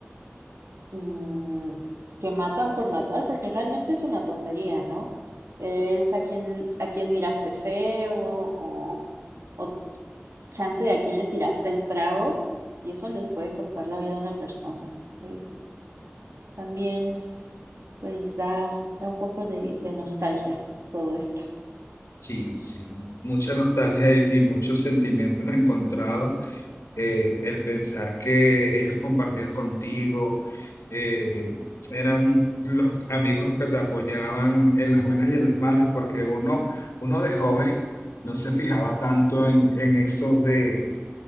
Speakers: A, on the right; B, on the left.
A: mm, que matan por matar, porque realmente es una tontería, ¿no? Es a quien, a quien miraste feo o o chance de a quién le tiraste el trago y eso le puede costar la vida a una persona. Es también, pues da, da un poco de, de nostalgia todo esto.
B: sí, sí, mucha nostalgia y, y muchos sentimientos encontrados. Eh, el pensar que ellos compartían contigo, eh, eran los amigos que te apoyaban en las buenas y en las malas, porque uno, uno de joven no se fijaba tanto en, en eso de